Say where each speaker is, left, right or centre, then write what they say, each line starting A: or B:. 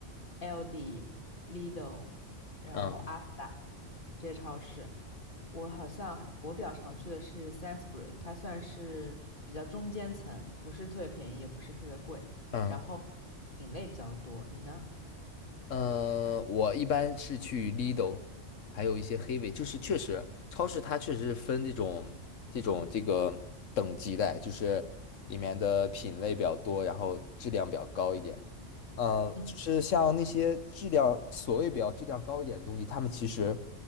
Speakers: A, on the left (about 40°); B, on the left (about 85°).
A: Aldi、Lidl，然后
B: 嗯
A: Asda 这些超市。我好像还我比较常去的是 Sainsbury，它算是比较中间层，不是特别便宜，也不是特别贵，
B: 嗯
A: 然后品类比较多。你呢？
B: 呃，我一般是去 Lidl，还有一些黑尾，就是确实超市它确实是分这种这种这个等级的，就是里面的品类比较多，然后质量比较高一点。呃，
A: 嗯
B: 就是像那些质量所谓比较质量高一点的东西，他们其实，